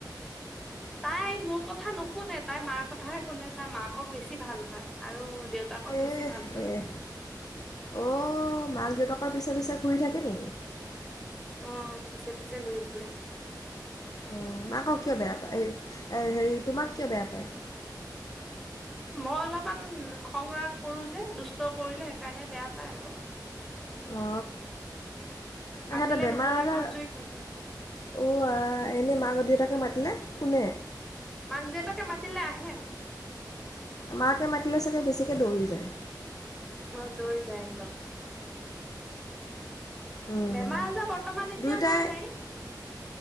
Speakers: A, in the centre; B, on the left.
A: তাই মোৰ কথা নুশুনে, তাই মাৰ কথাহে শুনে তাই মাকক বেছি ভাল পায় আৰু দেউতাকক
B: এহ
A: বেছি ভাল পায়
B: এহ, অ মাক
A: উম
B: দেউতাকৰ পিছে পিছে ঘূৰি থাক <unintelligible>
A: অ, পিছে পিছে ঘূৰি ফুৰে।
B: অ মাকক কিয় বেয়া পায় এ এ হেৰি তোমাক কিয় বেয়া পায়?
A: মই অলপমান খং ৰাগ কৰো যে, দুষ্ট কৰিলে সেইকাৰণে বেয়া পায় আৰু।
B: অ
A: মাতিলে
B: এখেতে বেমাৰ
A: নুশুনা
B: আজাৰ,
A: ভাজুৰি থাকে
B: ও আই এনেই <unintelligible> দেউতাকে মাতিলে শুনে।
A: মাক দেউতাকে মাতিলে আহে।
B: মাকে মাতিলে চাগে বেছিকে দৌৰি যায়।
A: অ দৌৰি যায় একদম।
B: উম,
A: বেমাৰ আজাৰ বৰ্তমান এতিয়া
B: দুয়োটাই
A: নাই